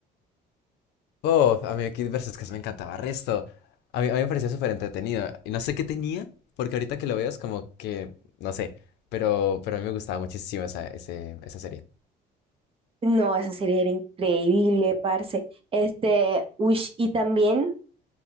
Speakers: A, on the left; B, on the right.
A: Oh, a mí Kid vs. Cass me encantaba resto. A mí, a mí me parecía súper entretenido. Y no sé qué tenía, porque ahorita que lo veo es como que, no sé, pero, pero a mí me gustaba muchísimo esa, ese- esa serie.
B: No, esa serie era increíble, parce. Este, ush, y también